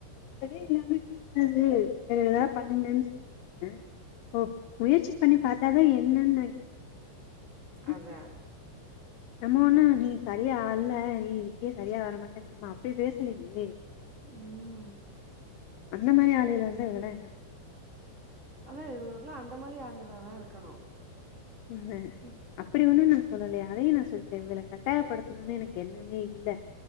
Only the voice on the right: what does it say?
அதா
ம்
அதா இவுனுக்கெல்லா அந்த மாதிரி ஆளூகலா தா இருக்கணு
ம்